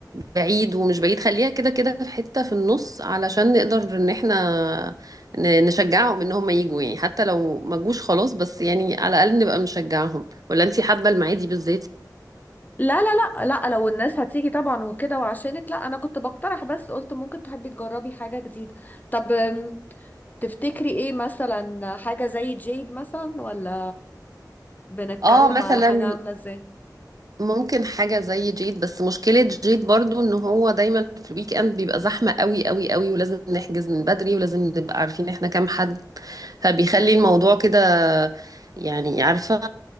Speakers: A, on the right; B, on the left.
A: بعيد ومش بعيد خليها كده كده في حتة في النص علشان نقدر ان احنا ن- نشجعهم ان هم يجوا يعني حتى لو ما جوش خلاص بس يعني على الاقل نبقى نشجعهم ولا انتي حابة المعادي بالذات
B: لا لا لا لا لو الناس هتيجي طبعا وكده وعشانك لا انا كنت بقترح بس قلت ممكن تحبي تجربي حاجة جديدة طب أم، تفتكري ايه مثلا حاجة زي جيد مثلا ولا بنتكلم
A: اه مثلا
B: على حاجة عاملة ازاي
A: ممكن حاجة زي جيد بس مشكلة جيد برضو ان هو دايما في الويك اند بيبقى زحمة قوي قوي قوي ولازم نحجز من بدري ولازم نبقى عارفين احنا كام حد فبيخلي الموضوع
B: مم.
A: كده يعني عارفة